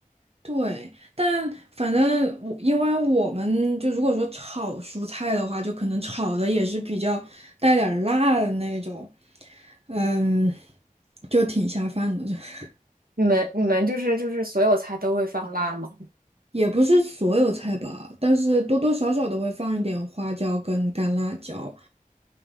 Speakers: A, on the right; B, on the right.
A: 对，但反正我因为我们就如果说炒蔬菜的话，就可能炒的也是比较带点儿辣的那种，嗯，就挺下饭的。<laughs>
B: 你们你们就是就是所有菜都会放辣吗？
A: 也不是所有菜吧，但是多多少少都会放一点花椒跟干辣椒。